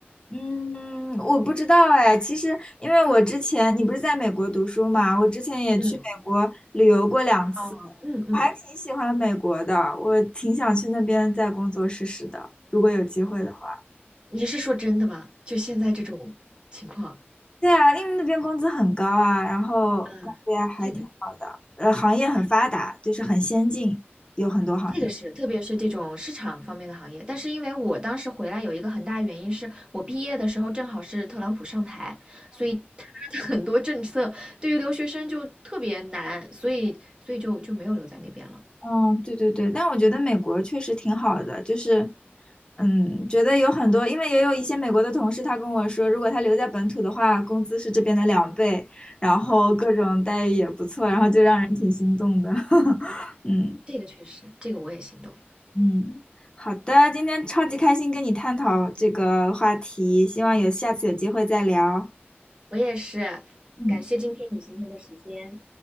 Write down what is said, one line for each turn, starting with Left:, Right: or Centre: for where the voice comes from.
Left: 嗯，我不知道哎。其实，因为我之前你不是在美国读书嘛，我之前也去美国旅游过两次，
Right: 嗯，哦，嗯嗯，
Left: 我还挺喜欢美国的，我挺想去那边再工作试试的，如果有机会的话。
Right: 你是说真的吗？就现在这种情况，
Left: 对啊，因为那边工资很高啊，然后感觉还挺好的，
Right: 嗯，这个
Left: 呃，行业很发达，就是很先进，有很多行业。
Right: 这个是，特别是这种市场方面的行业。但是因为我当时回来有一个很大原因是我毕业的时候正好是特朗普上台，所以他的很多政策对于留学生就特别难，所以所以就就没有留在那边了。
Left: 嗯，对对对，但我觉得美国确实挺好的，就是，嗯，觉得有很多，因为也有一些美国的同事，他跟我说，如果他留在本土的话，工资是这边的两倍，然后各种待遇也不错，然后就让人挺心动的。<laughs> 嗯
Right: 这个确实，这个我也心动。
Left: 嗯，好的，今天超级开心跟你探讨这个话题，希望有下次有机会再聊。
Right: 我也是，
Left: 嗯。
Right: 感谢今天你今天的时间。